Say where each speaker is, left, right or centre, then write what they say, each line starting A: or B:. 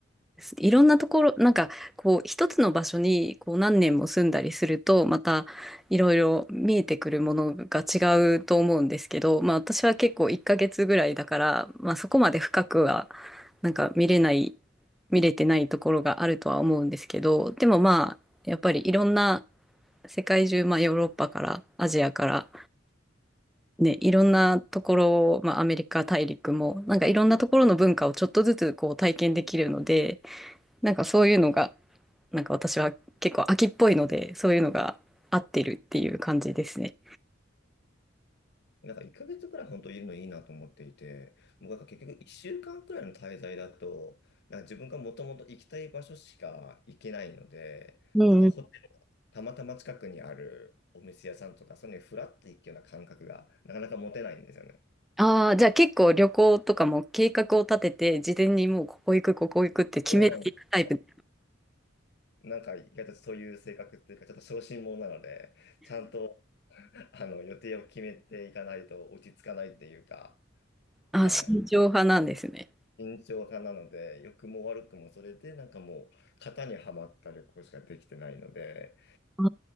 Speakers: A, in the centre; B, on the left.
A: いろんなところ、なんか、こう、一つの場所に、こう、何年も住んだりすると、また、いろいろ見えてくるものが違うと思うんですけど、まあ、私は結構1ヶ月ぐらいだから、まあ、そこまで深くは、なんか、見れない、見れてないところがあるとは思うんですけど、でもまあ、やっぱりいろんな世界中、まあ、ヨーロッパから、アジアから、ね、いろんなところを、まあ、アメリカ大陸も、なんかいろんなところの文化をちょっとずつこう体験できるので、なんかそういうのが、なんか私は結構秋っぽいので、そういうのが合ってるっていう感じですね。
B: なんか1ヶ月くらい本当いるのいいなと思っていて、もうなんか結局1週間くらいの滞在だと、なんか自分がもともと行きたい場所しか行けないので、
A: うんうん。
B: なんかホテルたまたま近くにあるお店屋さんとか、そういうのにフラッと行くような感覚がなかなか持てないんですよね。
A: ああ、じゃあ結構旅行とかも計画を立てて、事前にもうここ行く、ここ行くって決めていくタイプ。
B: そうなんですなんか意外とそういう性格っていうか、ちょっと小心者なので、ちゃんと <laughs> あの予定を決めていかないと落ち着かないっていうか、
A: ああ、
B: はい。
A: 慎重派なんですね。
B: 慎重派なので、良くも悪くもそれでなんかもう型にはまった旅行しかできてないので、
A: あ